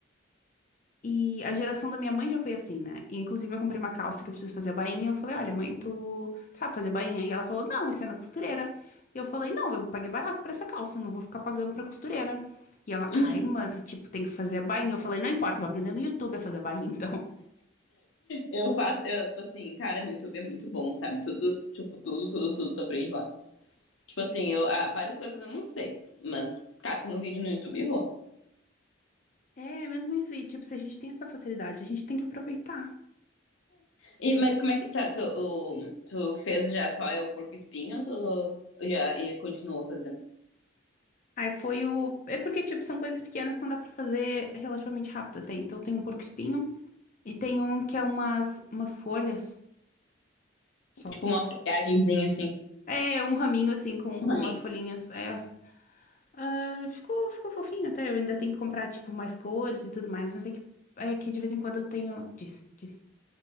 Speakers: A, on the left; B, on the left.
A: E a geração da minha mãe já foi assim, né? E, inclusive, eu comprei uma calça que eu preciso fazer a bainha. Eu falei, olha, mãe, tu sabe fazer bainha? E ela falou, não, isso é na costureira. E eu falei, não, eu paguei barato pra essa calça, eu não vou ficar pagando pra costureira. E ela,
B: <laughs>
A: ai, mas, tipo, tem que fazer a bainha. Eu falei, não importa, eu vou aprender no YouTube a fazer a bainha, então.
B: eu faço, eu, tipo assim, cara, no YouTube é muito bom, sabe? Tudo, tipo, tudo, tudo, tudo tu aprende lá. Tipo assim, eu, ah, várias coisas eu não sei, mas cato no vídeo no YouTube e vou.
A: É, mesmo isso aí, tipo, se a gente tem essa facilidade, a gente tem que aproveitar.
B: E, mas como é que tá? Tu, o- tu fez já só o porco-espinho ou tu já e continuou fazendo?
A: Aí foi o. É porque, tipo, são coisas pequenas, então dá pra fazer relativamente rápido até. Então tem um porco-espinho e tem um que é umas, umas folhas só.
B: Tipo uma folhagemzinha, assim.
A: É um raminho, assim, com, com
B: amigo.
A: umas folhinhas. É. Ah, ficou, ficou fofinho até. Eu ainda tenho que comprar, tipo, mais cores e tudo mais. Mas é que, é que de vez em quando eu tenho. Diz, diz.